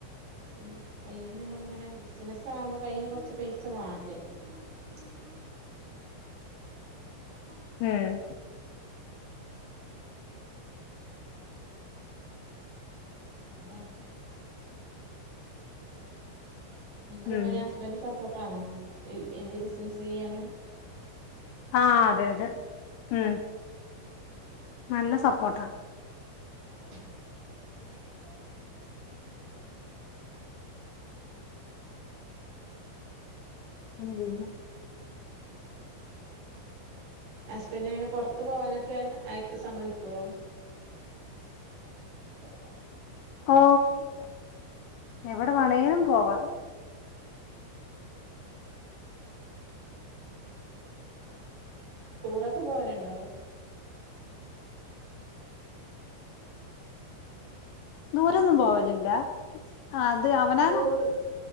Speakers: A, on the right; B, on the left.
A: ഈ കയ്യിൽന്ന് നമ്മളിങ്ങനെ ബിസിനസ്സ ആകുമ്പോ കയ്യില് കൊറച്ച് പൈസ വാണ്ടേ ആഹ ആ ആ
B: ഹം
A: അതാണ് നിങ്ങക്ക്
B: ഉം
A: അങ്ങനെ ഹസ്ബൻഡ സപ്പോർട്ടാണോ എന്ത് ബിസിനസ് ചെയ്യാനും
B: ആഹ അതെ അതെ ഉം നല്ല സപ്പോർട്ടാണ്
A: ഒരുട്ട
B: എന ചെയ
A: ഹസ്ബൻഡ അങ്ങനെ പറത്ത പോവാനൊക്കെ ആയി സമ്മതിക്കോ ഉ
B: ഓ
A: െ
B: എവിടെ വേണേിലും പോവാ
A: ടൂറൊക്കെ പോവാലുണ്ടോ
B: നൂരൊന്നും പോവലില്ല ആ അത് അവന
A: ടൂർ